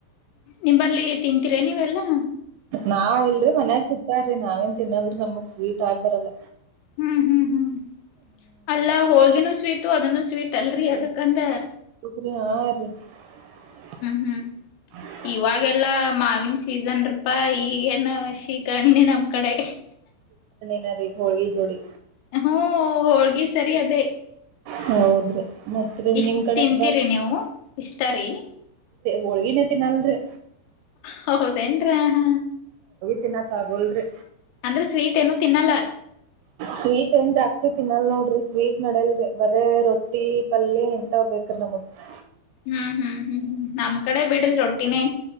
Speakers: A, on the left (about 85°); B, on the right (about 80°).
A: ನಿಂಬಲ್ಲಿ ತಿಂತೀರೆನ ನೀವೆಲ್ಲಾ
B: ನಾವ ಇಲ್ರರಿ ಮನ್ಯಾಗ ತಿಂತ್ತಾರಿ ನಾವೇನ್ ತಿನ್ನಲ್ರಿ ನಮಗ್ ಸ್ವೀಟ್ ಆಗ್ ಬರಲ್ಲ
A: ಹ್ಮ್ ಹ್ಮ್ ಹ್ಮ್ ಅಲ್ಲಾ ಹೋಳ್ಗಿನೂ ಸ್ವೀಟು ಅದನ್ನು ಸ್ವೀಟ್ ಅಲ್ರಿ ಅದ ಕಂದೆ
B: ಹೌದ್ರಿ ಹಾ ರೀ <inaudible>
A: ಹ್ಮ್ ಇವಾಗೆಲ್ಲಾ ಮಾವಿನ ಸೀಸನ್ ರಪಾ ಈಗ ಏನು ಶಿಕರಣಿನಿನೆ ನಮ್ ಕಡೆ
B: ನ ರೀಗ ಹೋಳಗಿ ಜೋಡಿ
A: ಹ್ಮ್ ಹೋಳ್ಗಿ ಸರಿ ಅದೇ
B: ಹೌದ್ರಿ ಮತ್ರಿ
A: ಇಷ್ಟ್
B: ನಿಮ್ ಕಡೆ
A: ತಿಂತೀರಿ
B: ಹಂಗ
A: ನೀವು ಇಷ್ಟ ರೀ
B: ಹೋಳ್ಗಿನೇ ತಿನ್ನಲ್ರಿ
A: ಹೌದೇನ್ರ ಹ
B: ತಿನಕ ಆಗಲರಿ
A: ಅಂದ್ರೆ ಸ್ವೀಟ್ ಏನು ತಿನ್ನಲ್ಲ
B: ಸ್ವೀಟ್ಂತಾ ತಿ ತಿನ್ನಲ್ ನೋಡ್ರಿ ಸ್ವೀಟ್ ನಡಲ್ರಿ ಬರೇ ರೊಟ್ಟಿ ಪಲ್ಯ ಇಂತ ಬೇಕ ರೀ ನಮಗ <inaudible> <inaudible>
A: ಹ್ಮ್ ಹ್ಮ್ ಹ್ಮ್ ನಮ್ ಕಡೆ ಬಿಡ್ರಿ ರೊಟ್ಟಿನೇ